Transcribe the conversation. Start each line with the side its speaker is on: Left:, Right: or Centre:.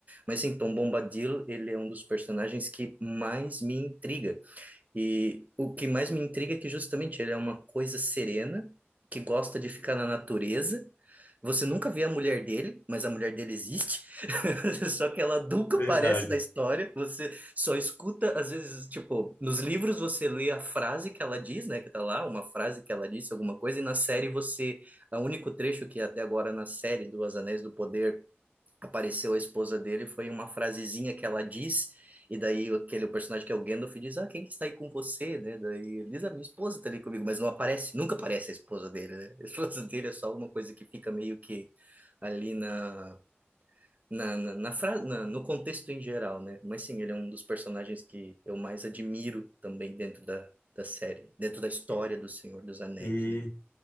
Right: Mas sim, Tom Bombadil, ele é um dos personagens que mais me intriga, e o que mais me intriga é que justamente ele é uma coisa serena, que gosta de ficar na natureza. Você nunca vê a mulher dele, mas a mulher dele existe. <laughs> Só que ela nunca
Left: verdade.
Right: aparece na história. Você só escuta, às vezes, tipo, nos livros você lê a frase que ela diz, né? Que tá lá, uma frase que ela disse, alguma coisa, e na série você. é O único trecho que até agora na série do Os Anéis do Poder apareceu a esposa dele, foi uma frasezinha que ela diz, e daí aquele o personagem que é o Gandalf diz, ah, quem que está aí com você, né? Daí ele diz, a minha esposa está ali comigo, mas não aparece, nunca aparece a esposa dele, né? A esposa dele é só uma coisa que fica meio que ali na... Na, na, na, fra- na- no contexto em geral, né? Mas sim, ele é um dos personagens que eu mais admiro também dentro da, da série, dentro da história
Left: E,
Right: do Senhor dos Anéis,
Left: e
Right: né?